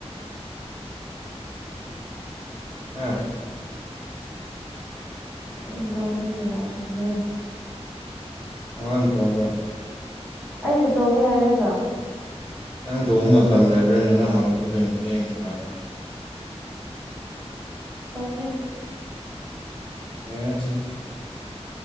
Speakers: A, on the left (about 50°); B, in the centre.
A: ꯑꯥ
B: ꯎꯝ ꯗꯣꯡ ꯇꯔꯤꯀ ꯅ ꯆꯣꯡꯅꯤ ꯔꯅꯤ
A: ꯋꯥ ꯊꯣꯡꯕ꯭ꯔꯣ
B: ꯑꯩꯅ ꯊꯣꯛꯒꯦ ꯍꯥꯏꯔꯒ
A: ꯅꯪ ꯊꯣꯡꯕ ꯃꯇꯝ ꯂꯩꯕ꯭ꯔꯅꯤ ꯅꯪ ꯍꯜꯂꯛꯄꯗ ꯑꯗꯨꯨꯝ ꯆꯦꯡꯉ
B: ꯍꯒ
A: ꯑ ꯁꯤ